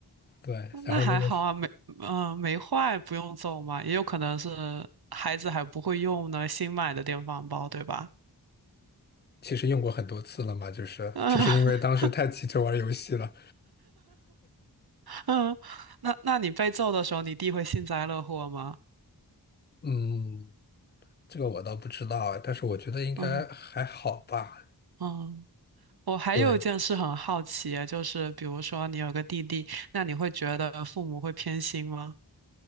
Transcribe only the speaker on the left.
对，然后那个是
其实用过很多次了嘛，就是就是因为当时太急着玩游戏了。
嗯，这个我倒不知道哎但是我觉得应该还好吧。
对，